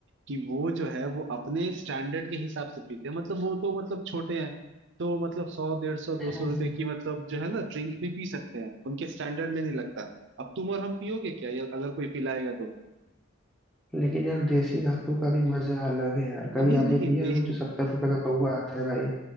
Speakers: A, on the right; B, in the centre.
A: कि वो जो है वो अपने स्टैंडर्ड के हिसाब से पीते हैं मतलब वो तो मतलब छोटे हैं तो मतलब सौ डेढ़ सौ दो
B: हम्म,
A: सौ रुपए
B: हम्म।
A: की मतलब जो है ना ड्रिंक भी पी सकते हैं उनके स्टैंडर्ड में नहीं लगता अब तुम और हम पियोगे क्या या अगर कोई पिलाएगा तो
B: लेकिन यार देसी दारू का भी मजा अलग है यार कभी
A: नहीं
B: आपने
A: नहीं
B: पिया
A: दे
B: है वो जो सत्तर रुपए का पौवा आता है भाई